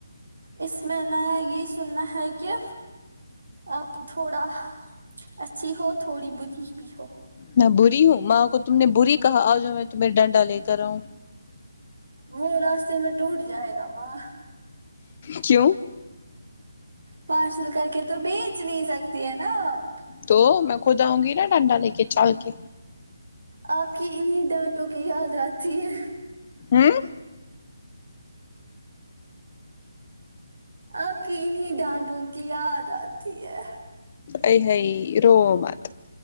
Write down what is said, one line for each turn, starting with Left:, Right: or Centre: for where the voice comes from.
Right: اس میں نیا یہ سننا ہے کہ آپ تھوڑا اچھی ہو تھوڑی بری بھی ہو
Left: میں بری ہوں ماں کو تم نے بری کہا آ جؤ میں تمہے ڈنڈا لے کر آؤں
Right: وہ راستے میں ٹوٹ جائے گا ماں
Left: کیوں
Right: پارسل کر کے تو بیچ نہیں سکتی ہے نا آپ
Left: تو میں خود آؤں گی نا ڈنڈا لے کے چل کے
Right: آپ کی انہیں ڈانٹوں کی یاد آتی ہے
Left: ہم
Right: آپ کی انہی ڈانٹوں کی یاد آتی ہے
Left: ائی ہی رو مت